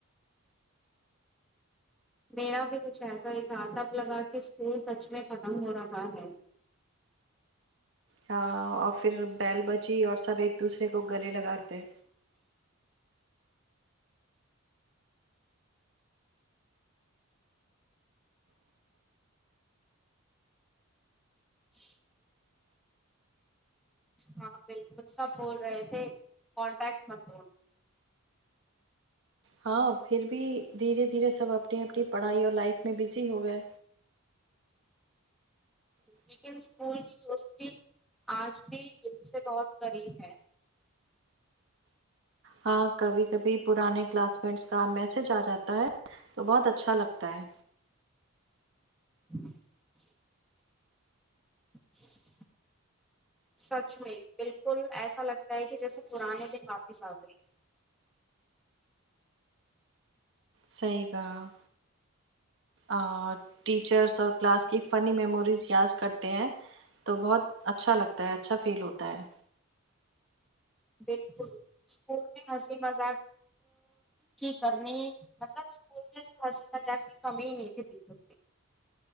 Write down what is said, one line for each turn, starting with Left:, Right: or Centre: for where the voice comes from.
Centre: میرا بھی کچھ ایسا ہی تھا تب لگا کہ اسکول سچ میں ختم ہو رہا ہے
Right: ہاں اور پھر بیل بجی اور سب ایک دوسرے کو گلے لگاتے
Centre: <unintelligible> ہاں بالکل سب بول رہے تھے کانٹیکٹ مت توڑ
Right: ہاں پھر بھی دھیرے دھیرے سب اپنی اپنی پڑھائی اور لائف میں بزی ہو گئے
Centre: لیکن اسکول کی دوستی آج بھی دل سے بہت قریب ہے
Right: ہاں کبھی کبھی پرانے کلاس میٹس کا میسج آ جاتا ہے تو بہت اچھا لگتا ہے
Centre: <unintelligible> <inaudible> سچ میں بالکل ایسا لگتا ہے کہ جیسے پرانے دن واپس آگئے
Right: صحیح کہا آ ٹیچرس اور کلاس کی فنی میموریز یاد کرتے ہیں تو بہت اچھا لگتا ہے اچھا فیل ہوتا ہے
Centre: بالکل اسکول میں ہنسی مذاق کی کرنی مطلب اسکول میں جو مستی مذاق کی کمی ہی نہیں تھی ٹیچر کی